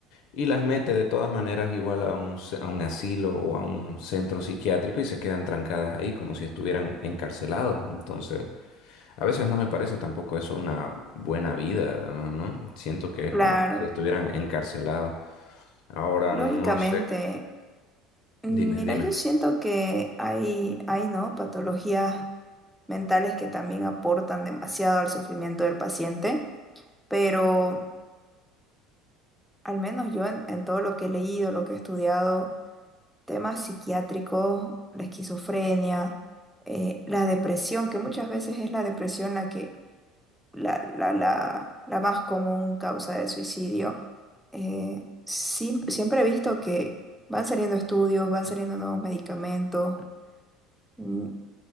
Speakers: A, on the left; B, in the centre.
A: y las mete de todas maneras igual a un, ce- a un asilo o a un centro psiquiátrico y se quedan trancadas ahí como si estuvieran encarcelados. Entonces... A veces no me parece tampoco eso una buena vida, ¿no? ¿No? Siento que es
B: claro.
A: como que si estuvieran encarcelados. Ahora
B: Lógicamente,
A: no sé.
B: mm,
A: Dime,
B: mira,
A: dime.
B: yo siento que hay, hay, ¿no? Patologías mentales que también aportan demasiado al sufrimiento del paciente, pero al menos yo en, en todo lo que he leído, lo que he estudiado, temas psiquiátricos, la esquizofrenia, eh, la depresión, que muchas veces es la depresión la que la, la, la, la más común causa de suicidio. Eh, sim- siempre he visto que van saliendo estudios, van saliendo nuevos medicamentos. Mm,